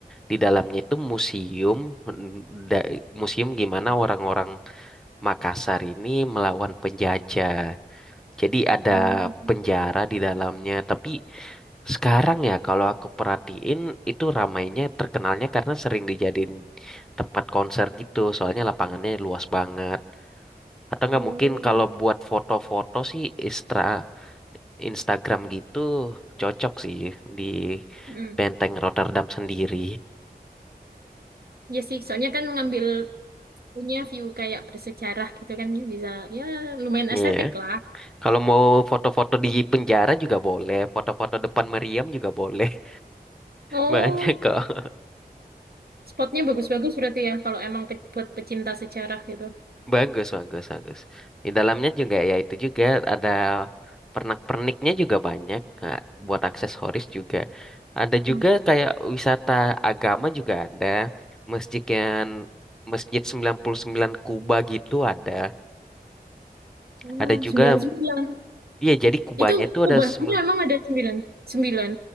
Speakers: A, in the centre; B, on the right (about 70°).
A: di dalamnya itu museum mm, da- museum gimana orang-orang Makassar ini melawan penjajah. Jadi ada
B: Hmm.
A: penjara di dalamnya. Tapi sekarang ya kalau aku perhatiin itu ramainya terkenalnya karena sering dijadiin tempat konser gitu. Soalnya lapangannya luas banget. Atau nggak
B: Oh,
A: mungkin kalau
B: gitu.
A: buat foto-foto sih Istra Instagram gitu cocok sih di
B: Hmm.
A: Benteng Rotterdam sendiri.
B: Ya sih, soalnya kan ngambil punya view kayak bersejarah gitu kan ya bisa ya lumayan estetik
A: Iya.
B: lah.
A: Kalau mau foto-foto di penjara juga boleh, foto-foto depan meriam juga boleh. <laughs>
B: Oh.
A: Banyak kok.
B: Spotnya bagus-bagus berarti ya, kalau emang pe- buat pecinta sejarah gitu.
A: Bagus, bagus, bagus. Di dalamnya juga ya itu juga ada pernak-perniknya juga banyak Nah, buat aksesoris juga. Ada
B: Hmm.
A: juga kayak wisata agama juga ada. Masjid yang Masjid 99 Kuba gitu ada.
B: Oh,
A: Ada juga
B: sembilan sembilan.
A: Iya, jadi kubahnya
B: Itu
A: itu
B: kubahnya
A: ada sembil-
B: emang ada sembilan sembilan.